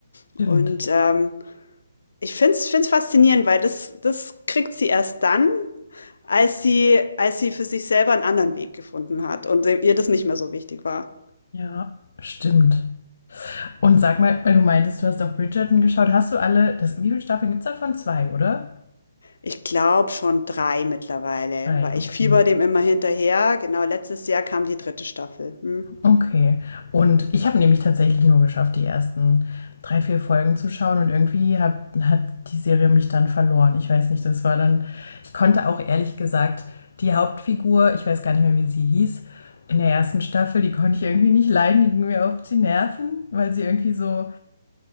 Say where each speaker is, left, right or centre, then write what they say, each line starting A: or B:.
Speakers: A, on the left; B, on the left.
A: stimmt.
B: Und ähm, ich find's, find's faszinierend, weil das, das kriegt sie erst dann, als sie, als sie für sich selber einen anderen Weg gefunden hat und ihr das nicht mehr so wichtig war.
A: Ja, stimmt. Und sag mal, weil du meintest, du hast auf Bridgerton geschaut, hast du alle, das, wie viele Staffeln gibt es davon? Zwei, oder?
B: Ich glaube schon drei mittlerweile,
A: 3,
B: weil
A: okay.
B: ich fieber dem immer hinterher. Genau, letztes Jahr kam die dritte Staffel. Hm.
A: Okay. Und ich habe nämlich tatsächlich nur geschafft, die ersten 3, 4 Folgen zu schauen und irgendwie hat, hat die Serie mich dann verloren. Ich weiß nicht, das war dann, ich konnte auch ehrlich gesagt die Hauptfigur, ich weiß gar nicht mehr, wie sie hieß, in der ersten Staffel, die konnte ich irgendwie nicht leiden, die ging mir auf die Nerven, weil sie irgendwie so,